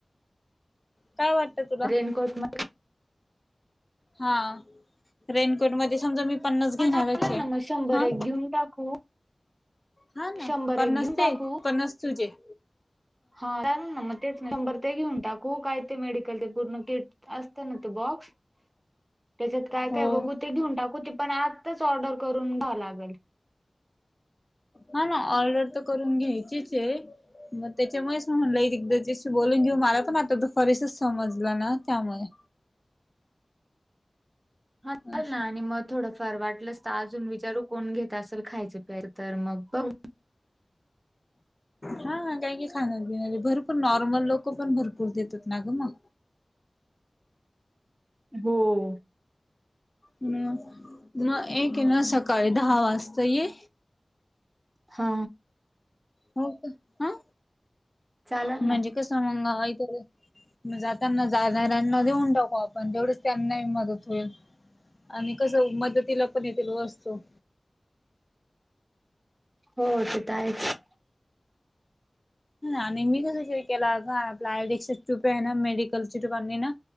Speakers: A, on the left (about 30°); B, on the right (about 20°).
A: काय वाटतं तुला
B: कोत म
A: हा रेनकोट मध्ये समजा मी पन्नास घेणारच
B: हा चालेल
A: आहे
B: ना मग शंभर
A: हा
B: एक घेऊन टाकू
A: हा ना
B: शंभर
A: पन
B: एक
A: नसते
B: घेऊन टाकू
A: पण नस तुजे
B: हा चाल ना मग तेच शंभर ते घेऊन टाकू काय ते मेडिकल ते पूर्ण किट असत ना तो बॉक्स त्याच्यात काय
A: हो
B: काय बघू ते घेऊन टाकू ते पण आत च ऑर्डर करून द्या लागेल
A: हा ना ऑर्डर तर करून घ्यायचीच आहे मग त्याच्यामुळेच म्हणलं एकदा ज बोलून घेऊ मला पण आता तो फरसच समजला ना त्यामुळे
B: हा चाल
A: असं
B: ना आणि मग थोडं फर वाटलंस तर अजून विचारू कोण घेत असेल खायचं प्याय तर मग बघ
A: हा काही क खाणार पिणार भरपूर नॉर्मल लोक पण भरपूर पुूर देत ना ग म
B: हो
A: हम् न एक ये ना सकाळी दहा वाजता ये
B: हा
A: हो का हा
B: चालेल ना
A: म्हणजे कसं मंगा इ तर जाताना ज ना देऊन टाकू आपण जवढच त्यांना मदत होईल आणि कस मदतीला पण येथ असतो
B: हो तेथ आहेच
A: आणि मी कसरी केलं हो आपला आयडक्स टूप आहे ना मेडिकलची टूप ना